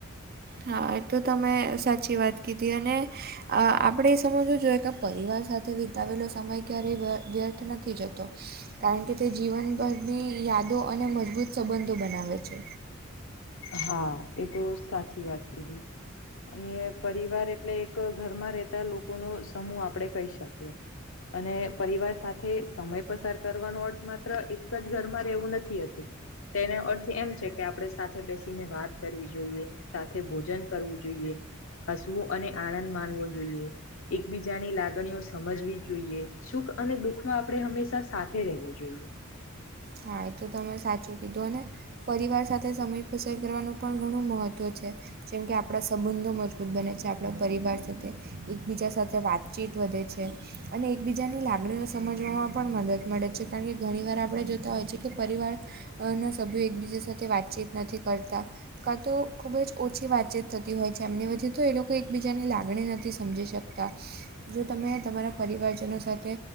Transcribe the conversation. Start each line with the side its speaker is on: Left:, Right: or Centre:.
Right: હા એ તો તમે સાચી વાત કીધી અને અ આપણેે એ સમજવું જોઈએ કે પરિવાર સાથે વિતાવેલો સમય ક્યારેય વ્યર્થ નથી જતો. કારણ કે તે જીવનભરની યાદો અને મજબૂત સંબંધો બનાવે છે.
Left: હા એ તો સાચી વાત કીધી અને પરિવાર એટલે એક ઘરમાં રહેતા લોકોનો સમૂહ આપડે કહી શકીએ અને પરિવાર સાથે સમય પસાર કરવાનો અર્થ માત્ર એક જ ઘરમાં રહેવું નથી હતું તેનો અર્થ એમ છે કે આપડે સાથે બેસીને વાત કરવી જોઈએ સાથે ભોજન કરવું જોઈએ હસવું અને આનંદ માણવો જોઈએ. એકબીજાની લાગણીઓ સમજવી જોઈએ સુખ અને દુઃખ માં આપણે હંમેશા સાથે રહેવું જોઈએ.
Right: હા એ તો તમે સાચું કીધું ને પરિવાર સાથે સમય પસર કરવાનું પણ ઘણું મહત્ત્વ છે. જેમ કે આપણા સંબંધો મજબૂત બને છે આપણા પરિવાર સાથે એકબીજા સાથે વાતચીત વધે છે. અને એકબીજાની લાગણીઓ સમજવામાં પણ મદદ મળે છે કારણ કે ઘણી વાર આપણે જો તા હોય છે કે પરિવારના સભ્યો એકબીજા સાથે વાતચીત નથી કરતા કાં તો ખૂબ જ ઓછી વાતચીત થતી હોય છે એમની વચ્ચે તો એ લોકો એકબીજાની લાગણી નથી સમજી શકતા. જો તમે તમારા પરિવારજનો સાથે